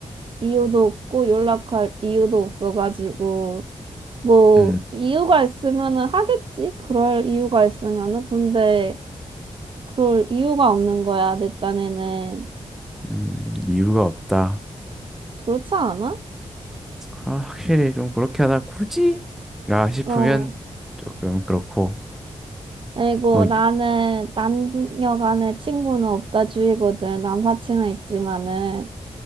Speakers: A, on the right; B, in the centre.
A: 이유도 없고 연락할 이유도 없어가지고. 뭐,
B: 음,
A: 이유가 있으면은 하겠지? 그럴 이유가 있으면은. 근데 그럴 이유가 없는 거야, 내 딴에는.
B: 음, 이유가 없다.
A: 그렇지 않아?
B: 아, 확실히 좀 그렇게 하다 굳이? 라 싶으면
A: 어.
B: 조금 그렇고
A: 그리고
B: 뭐 이-
A: 나는 남녀 간의 친구는 없다 주의거든. 남사친은 있지만은.